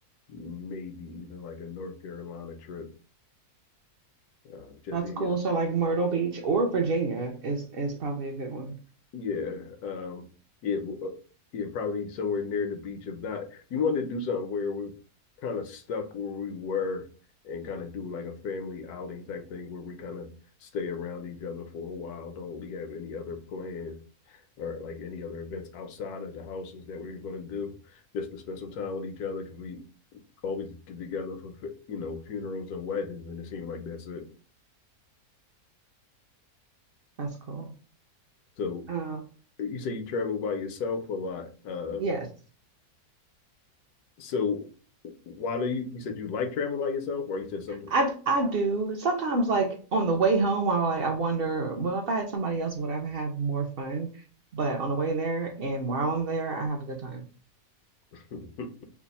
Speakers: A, on the left; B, on the right.
A: maybe even like a North Carolina trip, uh, just
B: That's
A: to
B: cool.
A: get
B: So like Myrtle Beach or Virginia is is probably a good one.
A: Yeah, um, yeah, w- uh, yeah, probably somewhere near the beach. If not, you wanted to do something where we're kind of stuck where we were and kind of do like a family outing type thing where we kind of stay around each other for a while, don't really have any other plan or like any other events outside of the houses that we are going to do just to spend some time with each other because we always get together for, fu- you know, funerals and weddings, and it seemed like that's it.
B: That's cool.
A: So
B: Uh,
A: you say you travel by yourself a lot. Uh,
B: yes.
A: So why do you you said you like traveling by yourself, or you said something?
B: I I do. Sometimes like on the way home, I like I wonder, well, if I had somebody else, would I have had more fun? But on the way there and while I'm there, I have a good time.
A: <laughs>